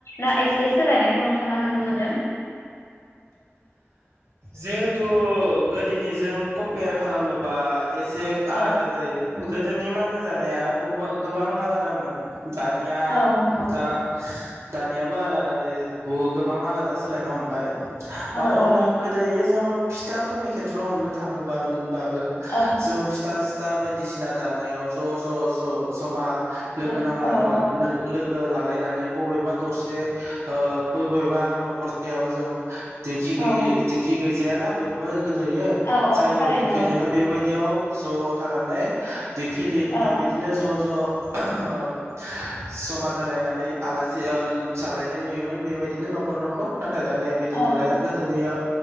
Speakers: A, on the left; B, on the right.
A: ना ए जे सोलायनायखौ नोंथाङा नुनो मोनो <inaudible>
B: जिहेथु गोदोनिजों कम्पेयार खालामोबा एसे आलादा
A: औ
B: जायो। <unintelligible> गोदोनि मागो जानाया गुबु गोबां आलादामोन। दानिया
A: औ नंगौ
B: दा दानियाबो आलादायै बुहु गोबां आलादा सोलायनो हमबाय, माने
A: औ औ
B: होनबा
A: नंगौ
B: गोदोयो जों फिथाफोरनि खेथ्रआव हमनो थाङोबा बाबो
A: औ
B: जों फिथा, दा बायदिसिना दानायाव ज ज ज जमा, लोगो
A: औ
B: नांलां
A: औ
B: आंना
A: औ
B: लो लोगो, लालायनानै बबेबा दरसे ओ बबेबा न'खरसेयाव जों, दिंखि गैयै
A: औ
B: दिंखि, गैजायाना बयबो, गोदोयो
A: औ औ
B: जायनियाव
A: थारैनो
B: जेखि
A: औ
B: जोङो बेबायदियाव, ज' थानानै दिंखि दैया
A: औ
B: बिदिनो ज ज, ओ समा जालायनानै आलासि ओ जालायनाय नुयोमोन बेबायदिनो न'खर न'खर नाथ थाय दानिया बिदि
A: औ
B: नुलाया, गोदोनिया